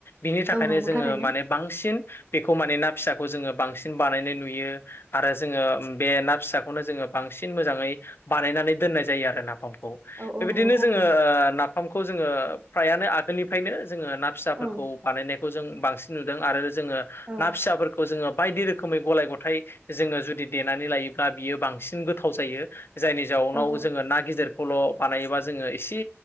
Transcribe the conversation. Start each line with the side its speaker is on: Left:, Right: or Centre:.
Left: बिनि थाखायनो
Right: औ नंगौ
Left: जोङो
Right: थारैनो
Left: माने बांसिन बेखौ माने ना फिसाखौ जोङो बांसिन बानायनाय नुयो बियो आरो जोङो बे ना फिसाखौनो जोङो बांसिन मोजाङै बानायनानै दोननाय जायो आरो नाफामखौ
Right: औ औ
Left: बेबायदिनो
Right: नंगौ थारैनो
Left: जोङो ना नाफामखौ जोङो फ्रायानो आगोलनिफ्रायनो जोङो ना फिसाफोरखौ
Right: औ
Left: बानायनायखौ जों बांसिन नुदों आरो जोङो
Right: औ
Left: ना फिसाफोरखौ जोङो बायदि रोखोमै गलाय गथ' गथाय जोङो जुदि देनानै लायोब्ला बियो बांसिन गोथाव जायो जायनि जाउनाव
Right: औ
Left: जोङो ना गिदिरखौल' बानायोबा जोङो एसे